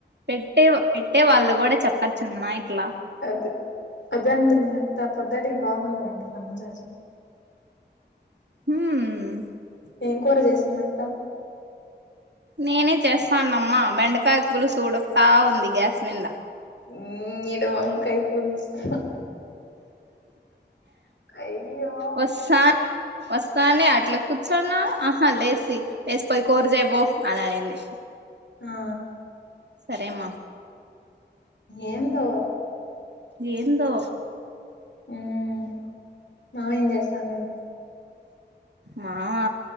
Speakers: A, on the right; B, on the left.
A: పెట్టే పెట్టే వాళ్ళు కూడా చెప్పరు చందనా ఇట్లా
B: అది అదే అంటుంది మీ అత్త పొద్ద్దటికి బాగుండవుంట సన్నజాజులు
A: హుమ్
B: ఏం కూర చేసింది మా అత్త
A: నేనే చేస్తానమ్మా బెండకాయ పులుసు ఉడకతా ఉంది గ్యాస్ మీద
B: ఉమ్ ఈడ వంకాయ్ పులుసు అయ్యో
A: వస్తాన్ వస్తానే అట్లా కూర్చున్న ఆహా లేసి లేసిపోయి కూర చేయపో అని అనింది
B: ఆ
A: సరే మా
B: ఏందో
A: ఏందో
B: ఉమ్ మామేం చేస్తాన్నాడు
A: మావా